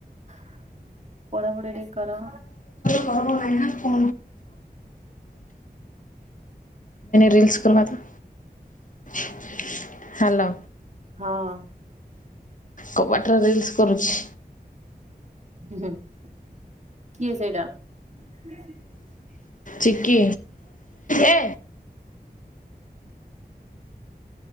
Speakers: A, on the right; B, on the left.
A: <inaudible> ପଢାପଢି ଟିକ କର।
B: <unintelligible> ଆମେ ଅଇକା ରିଲ୍ସ କରିବା ତ <inaudible> ହାଲୋ।
A: ହଁ।
B: କବାଟରେ ରିଲ୍ସ କରୁଛି।
A: ହୁଁ ହୁଁ <inaudible> କିଏ ସେଇଟା? <inaudible>
B: ଚିକି ଏ